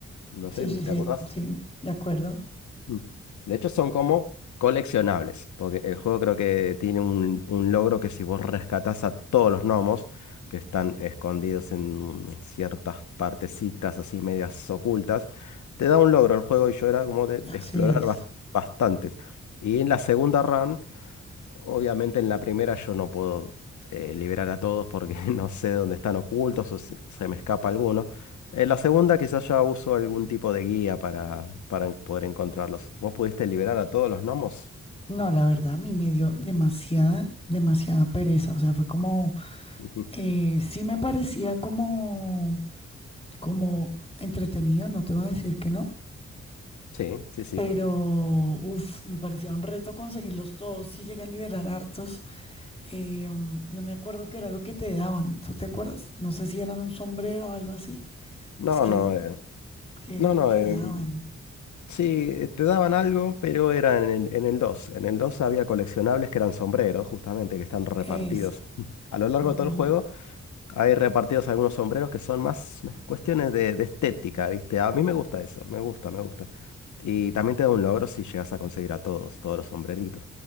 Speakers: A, on the left; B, on the left.
A: No
B: Sí,
A: sé,
B: sí,
A: ¿te
B: sí,
A: acordás?
B: sí, de acuerdo.
A: Mm. De hecho, son como coleccionables, porque el juego creo que tiene un, un logro que si vos rescatás a todos los gnomos que están escondidos en ciertas partecitas así medias ocultas, te da un logro el juego y yo era como de, de
B: Así
A: explorar
B: es.
A: bas- bastantes. Y en la segunda run... Obviamente en la primera yo no puedo eh, liberar a todos porque <laughs> no sé dónde están ocultos o se, se me escapa alguno. En la segunda quizás ya uso algún tipo de guía para, para poder encontrarlos. ¿Vos pudiste liberar a todos los gnomos?
B: No, la verdad, a mí me dio demasiada, demasiada pereza. O sea, fue como,
A: Ujú. <laughs>
B: eh, sí me parecía como, como entretenido, no te voy a decir que no,
A: Sí, sí, sí.
B: pero, uff, me parecía un reto conseguirlos todos. Sí llegué a liberar hartos. Eh, mm, no me acuerdo qué era lo que te daban. ¿Tú te acuerdas? No sé si eran un sombrero o algo así.
A: No,
B: Es que,
A: no, eh,
B: que
A: no,
B: era lo
A: no.
B: que
A: eh,
B: daban.
A: sí, eh, te daban algo, pero era en el, en el dos En el 2 había coleccionables que eran sombreros, justamente, que están repartidos
B: Eso.
A: <laughs> a lo largo
B: ujú,
A: de todo el juego. Hay repartidos algunos sombreros que son más cuestiones de, de estética, ¿viste? A mí me gusta eso, me gusta, me gusta. Y también te da un logro si llegas a conseguir a todos, todos los sombreritos.